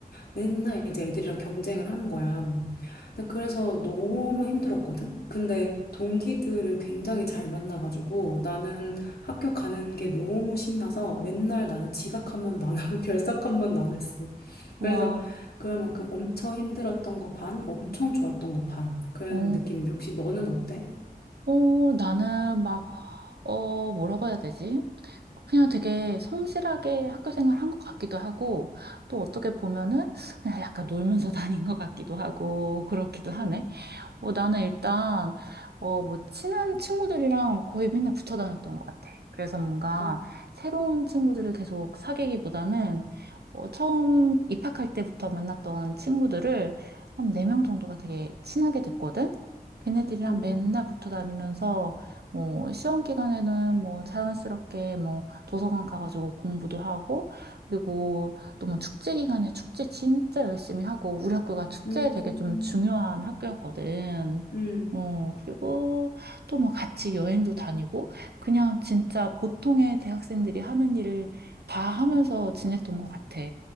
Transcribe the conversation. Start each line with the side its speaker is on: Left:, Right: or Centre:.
Left: 맨날 이제 애들이랑 경쟁을 하는 거야. 근데 그래서 너무 힘들었거든. 근데 동기들을 굉장히 잘 만나가지고 나는 학교 가는 게 너무 신나서 맨날 나는 지각 한 번도 안 하고 <laughs> 결석 한 번도 안 했어.
Right: 와,
Left: 그래서 그만큼 엄청 힘들었던 거 반, 엄청 좋았던 거 반. 그런
Right: 어,
Left: 느낌인데 혹시 너는 어때?
Right: 어, 나는 막, 어, 뭐라고 해야 되지? 그냥 되게 성실하게 학교 생활 한 것 같기도 하고, 또 어떻게 보면은 그냥 약간 놀면서 <laughs> 다닌 것 같기도 하고, 그렇기도 하네.
Left: 음,
Right: 어, 나는 일단, 어, 뭐, 친한 친구들이랑 거의 맨날 붙어 다녔던 것 같아. 그래서 뭔가
Left: 어,
Right: 새로운 친구들을 계속 사귀기보다는, 어, 처음 입학할 때부터 만났던 친구들을 한 네 명 정도가 되게 친하게 됐거든? 걔네들이랑
Left: 음,
Right: 맨날 붙어 다니면서, 뭐, 시험 기간에는 뭐, 자연스럽게 뭐, 도서관 가가지고 공부도 하고, 그리고 또 뭐 축제 기간에 축제 진짜 열심히 하고 우리 학교가 축제에
Left: 음,
Right: 되게 좀 중요한 학교였거든.
Left: 음.
Right: 어, 그리고 또 뭐 같이 여행도 다니고 그냥 진짜 보통의 대학생들이 하는 일을 다 하면서 지냈던 것 같아.